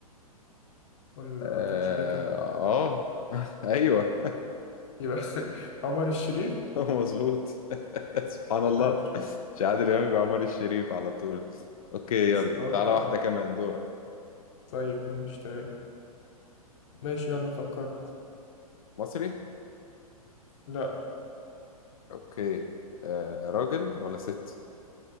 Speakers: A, on the left; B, on the left.
A: ولا
B: اه,
A: ما عندكش فكره
B: آه. <laughs> ايوه
A: يبقى <laughs> عمر الشريف
B: <laughs> مظبوط <laughs> سبحان الله
A: طيب
B: مش عادل امام يبقى عمر الشريف على طول اوكي يلا
A: اتوقع
B: تعالى واحدة كمان دورك
A: طيب ماشي تمام ماشي يلا فكرت
B: مصري
A: لا
B: اوكي آه راجل ولا ست